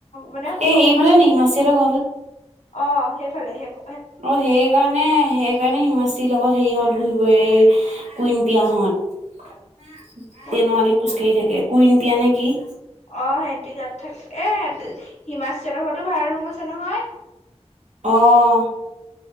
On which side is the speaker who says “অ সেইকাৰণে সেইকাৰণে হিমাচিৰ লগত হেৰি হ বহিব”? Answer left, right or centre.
Right